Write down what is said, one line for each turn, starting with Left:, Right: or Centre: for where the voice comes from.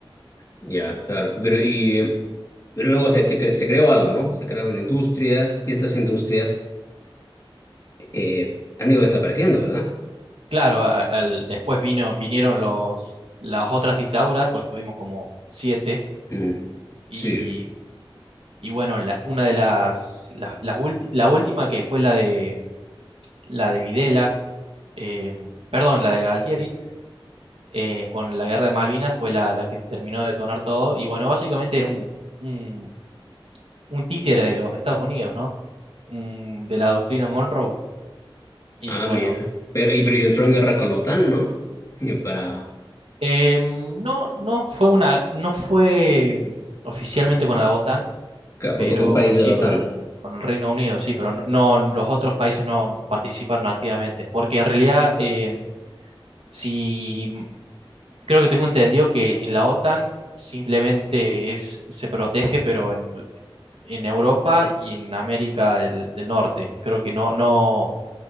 Left: ya, claro. Pero y. Luego se, se, cre- se creó algo, ¿no? Se crearon industrias y estas industrias eh, han ido desapareciendo, ¿verdad?
Right: Claro, a- al- después vino, vinieron los, las otras dictaduras, porque tuvimos como siete,
Left: Mm,
Right: y,
Left: sí.
Right: y bueno, la- una de las, las- las ulti- la última que fue la de, la de Videla, eh, perdón, la de Galtieri, eh, con la guerra de Malvinas fue la, la que terminó de detonar todo. Y bueno, básicamente era un, un, un títere de los Estados Unidos, ¿no? Un- de la doctrina Monroe. Y
Left: Ah,
Right: bueno,
Left: mira. Pero, y, pero yo entró en guerra con la OTAN, ¿no? Y para,
Right: em, no, no fue una, no fue oficialmente con la OTAN,
Left: ca-
Right: pero
Left: fue con un país
Right: sí
Left: de la OTAN.
Right: con el, con el Reino Unido, sí, pero no, no- los otros países no participaron activamente, porque en realidad, em, si Creo que tengo entendido que en la OTAN simplemente es, se protege, pero en, en Europa y en América del, del Norte. Creo que no, no,